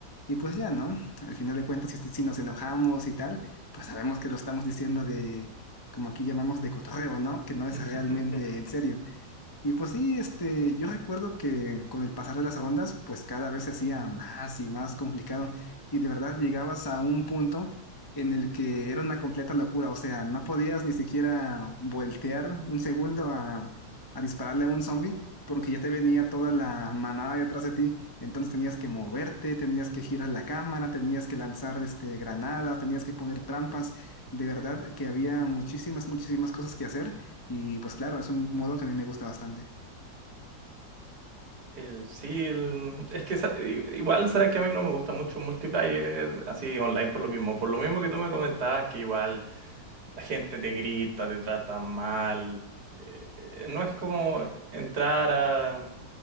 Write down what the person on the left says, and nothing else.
Y pues ya, ¿no? Al final de cuentas, si, si nos enojamos y tal, pues sabemos que lo estamos diciendo de, como aquí llamamos, de cotorreo, ¿no? Que no
es realmente en serio. Y pues sí, este, yo recuerdo que con el pasar de las rondas, pues cada vez se hacía más y más complicado. Y de verdad llegabas a un punto en el que era una completa locura. O sea, no podías ni siquiera voltear un segundo a, a dispararle a un zombie, porque ya te venía toda la manada detrás de ti. Entonces tenías que moverte, tenías que girar la cámara, tenías que lanzar este, granadas, tenías que poner trampas. De verdad que había muchísimas, muchísimas cosas que hacer. Y pues claro, es un modo que a mí me gusta bastante.